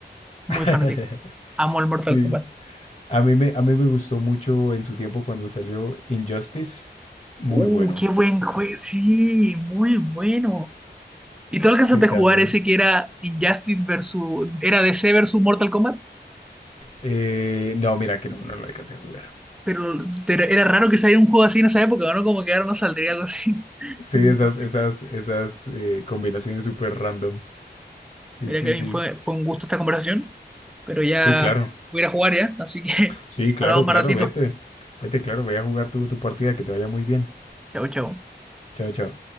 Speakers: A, in the centre; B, on the left.
A: Muy
B: <laughs>
A: fanático. Amo el Mortal
B: Sí.
A: Kombat.
B: A mí me, a mí me gustó mucho en su tiempo cuando salió Injustice. Muy
A: Uh,
B: bueno.
A: qué buen juego. Sí, muy bueno. ¿Y tú alcanzaste
B: Sí, también.
A: a jugar ese que era Injustice versus. Era DC versus Mortal Kombat?
B: Eh, no, mira que no, no lo alcancé a jugar.
A: Pero pero era raro que saliera un juego así en esa época, ¿no? Como que ahora no saldría algo así. <laughs>
B: Sí,
A: Imposible.
B: esas, esas, esas eh, combinaciones súper random. Sí,
A: Mira,
B: sí,
A: Kevin,
B: sí.
A: fue, fue un gusto esta conversación, pero ya
B: Sí, claro.
A: voy a ir a jugar ya, así que <laughs>
B: Sí, claro,
A: hablamos más
B: claro,
A: ratito.
B: vete. Vete, claro, ve a jugar tu, tu partida, que te vaya muy bien.
A: Chau, chau.
B: Chao, chao.